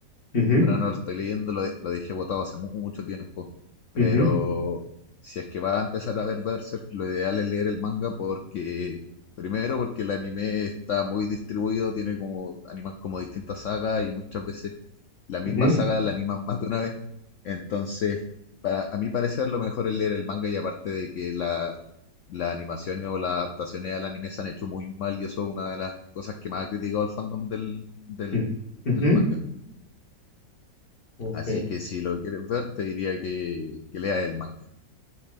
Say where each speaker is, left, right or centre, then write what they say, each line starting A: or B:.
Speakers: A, on the left; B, on the left.
A: Ujú,
B: Ahora no lo estoy leyendo, lo, de- lo dejé botado hace mu- mucho tiempo. Pero
A: ujú,
B: si es que va a empezar a ver Berserk, lo ideal es leer el manga porque, primero, porque el anime está muy distribuido, tiene como animas como distintas sagas y muchas veces la misma
A: ujú,
B: saga la animan más de una vez. Entonces, para, a mi parecer, lo mejor es leer el manga y aparte de que la, la animación o las adaptaciones al anime se han hecho muy mal y eso es una de las cosas que más ha criticado el fandom del, del,
A: ujú, ujú.
B: del manga.
A: Ok.
B: Así que si lo quieres ver, te diría que, que leas el manga,